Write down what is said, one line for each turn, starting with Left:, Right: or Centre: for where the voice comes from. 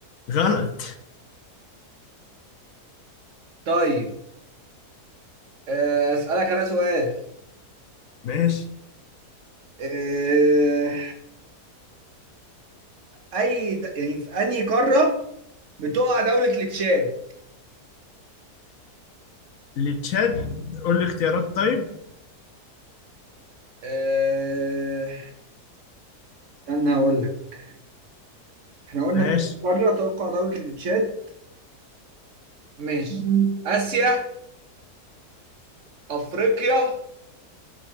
Left: غلط
Right: طيب آه، أسألك أنا سؤال
Left: ماشي
Right: آه، أي د... يعني في أنهي قارة بتقع دولة التشاد؟
Left: لتشاد قول لي اختيارات طيب
Right: آه، استنى هقول لك احنا قلنا
Left: ماشي
Right: في اول قاره توقع دوله التشاد ماشي مم. اسيا افريقيا